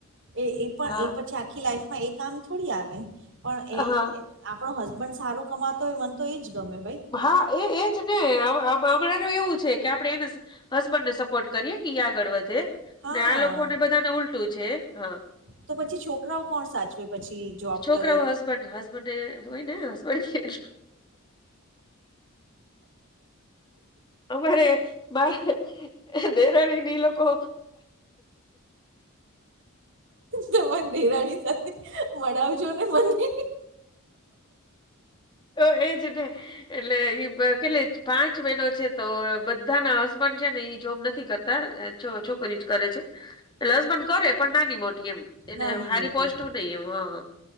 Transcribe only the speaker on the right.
એ એ પણ
એ પછી આખી લાઈફમાં એ કામ થોડી આવે? પણ એ
આપણો હસબન્ડ સારો કમાતો હોય મન તો એજ ગમે ભાઈ.
હા
તો પછી છોકરાઓ કોણ સાચવે પછી? જોબ
કરે
તમારી દેરાની સાથે મળાવજો ને મને.
નાની
મોટી